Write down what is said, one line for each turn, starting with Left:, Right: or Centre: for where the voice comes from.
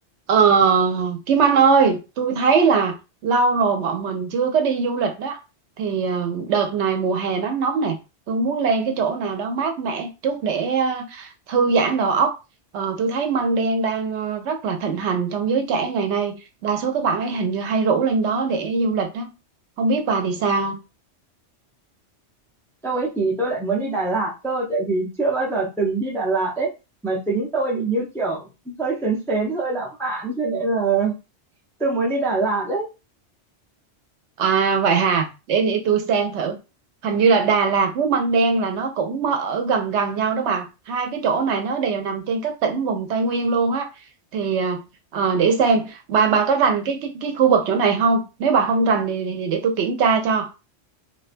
Right: Ờ, Kim Anh ơi, tôi thấy là lâu rồi bọn mình chưa có đi du lịch đó. Thì ờ, đợt này mùa hè nắng nóng này, tôi muốn lên cái chỗ nào đó mát mẻ chút để ờ, thư giãn đầu óc. Ờ, tôi thấy măng đen đang ờ, rất là thịnh hành trong giới trẻ ngày nay. Đa số các bạn ấy hình như hay rủ lên đó để du lịch đó. Không biết bà thì sao?
Centre: Đâu ấy thì tôi lại muốn đi Đà Lạt cơ tại vì chưa bao giờ từng đi Đà Lạt ấy mà tính tôi thì như kiểu hơi sến sến hơi lãng mạn cho nên là tôi muốn đi Đà Lạt ấy
Right: À vậy hà, để để tôi xem thử. Hình như là Đà Lạt với Măng Đen là nó cũng mơ- ở gần gần nhau đó bà. Hai cái chỗ này nó đều nằm trên các tỉnh vùng Tây Nguyên luôn á. Thì à, ờ, để xem bà bà có rành cái cái cái khu vực chỗ này không? Nếu bà không rành thì, thì, thì để tôi kiểm tra cho.